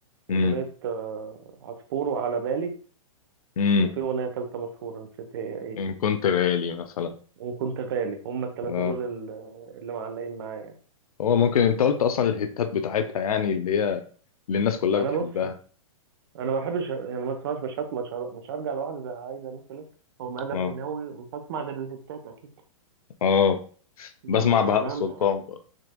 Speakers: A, on the left; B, on the right.
A: امم
B: اغنيه آه، عصفور وعلى بالي
A: امم
B: وفي اغنيه ثالثه مشهوره نسيت هي ايه
A: إن كنت غالي مثلا
B: وان كنت غالي هما الثلاثه
A: اه
B: دول ال- اللي معلقين معايا يعني
A: هو ممكن أنت قلت أصلا الهيتات بتاعتها يعني اللي هي اللي الناس كلها
B: ما
A: بتحبها
B: انا بص انا ما بحبش يعني ما بسمعش مش هسمع مش هر- مش هرجع لواحد زي عايده مثلا او ميادة
A: اه
B: الحناوي مش هسمع غير الهتات اكيد
A: اه
B: إنما
A: بسمع بهاء
B: يعني
A: سلطان
B: انا
A: برضه.